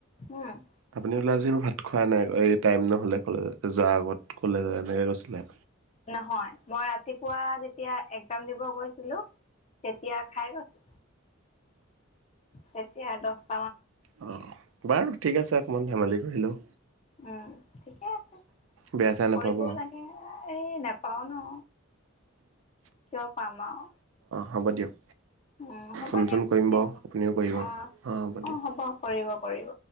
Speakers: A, on the left; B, on the right.
A: উম।
B: আপুনি কলে আজিও ভাত খোৱা নাই এই টাইম নহ'লে কলেজ যোৱাৰ আগত কলেজত এনেকে কৈছিলে।
A: নহয় মই ৰাতিপুৱা যেতিয়া। একজাম দিব গৈছিলো, তেতিয়া খাই গছো তেতিয়া দহ।
B: অ বাৰু ঠিক আছে। অকণমান ধেমালি কৰিলোঁ।
A: উম। ঠিকে আছে
B: বেয়া চেয়া নাপাব।
A: কৰিবও
B: অ',
A: লাগে। এই নাপাও ন। কিয় পাম আৰু।
B: হ'ব দিয়ক।
A: উম হ'ব
B: ফোন
A: দিয়ক
B: চোন কৰিম
A: তেতিয়াহলে
B: বাৰু আপুনিও কৰিব
A: অ
B: দিয়ক।
A: অ হ'ব কৰিব। কৰিব।